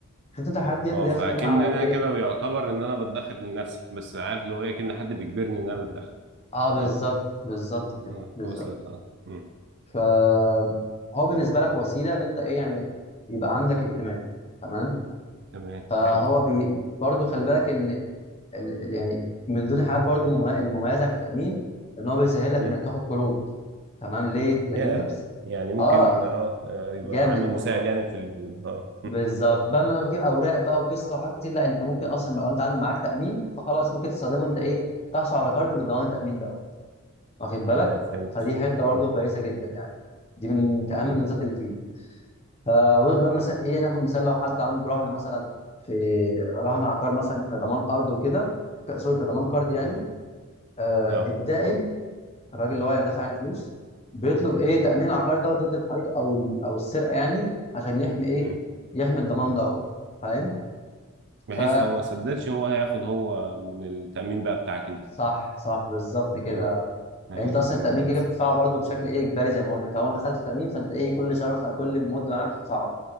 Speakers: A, on the left (about 30°); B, on the right (about 55°).
A: شفت أنت الحاجات ديت
B: اه
A: اللي
B: فاكن
A: هي في تأمين على العربية؟
B: انا كده بيعتبر ان انا بتدخر لنفسي بس عارف لو هي كأن حد بيجبرني ان انا بتدخر
A: أه بالظبط
B: اه
A: بالظبط كده
B: اه
A: بالظبط
B: وصلت اه مم.
A: فهو بالنسبه لك وسيله ان انت ايه يعني يبقى عندك ائتمان تمام
B: تمام
A: فهو
B: حلو
A: بي برضو خلي بالك ان ال... ال... يعني من ضمن الحاجات برضو الممي- المميزه في التامين ان هو بيسهل لك
B: مم.
A: انك تاخد قروض تمام ليه؟ لان
B: يا
A: انت بس...
B: يعني ممكن
A: اه
B: اه يبقى
A: جامد
B: عامل
A: الموضوع
B: مساعد يعني في ال... اه
A: بالظبط بدل ما تجيب اوراق بقى وقصه وحاجات كتير لا انت ممكن اصلا بقى لو انت عندك معاك تامين فخلاص ممكن تستخدمه انت ايه تحصل على كارد بالضمان التامين ده واخد بالك
B: اه فهمت
A: فدي حته برضه
B: مم.
A: كويسه جدا يعني دي من اهم
B: مم.
A: الميزات اللي فيه فبقول مثلا ايه ناخد مثال لو حد عنده رهن مثلا في رهن عقار مثلا كضمان ارض وكده ك- سوري كضمان قرض يعني
B: مم.
A: آه
B: اه
A: الدائن الراجل اللي هو يعني دافع يعني فلوس بيطلب ايه تامين العقار ده ضد الحريق او ال- او السرقه يعني عشان يحمي ايه
B: مم.
A: يحمي الضمان ده فاهم
B: بحيث
A: ف
B: لو ما سددش هو هياخد هو من التأمين بقى بتاعك انت
A: صح صح بالظبط كده
B: مم. ايوه
A: يعني انت اصلا
B: تمام
A: التامين كده
B: وصل
A: بتدفعه برضه بشكل ايه اجباري زي ما قلنا طالما دخلت في التامين فانت ايه كل شهر مثلا أو كل مده معاك بتدفعه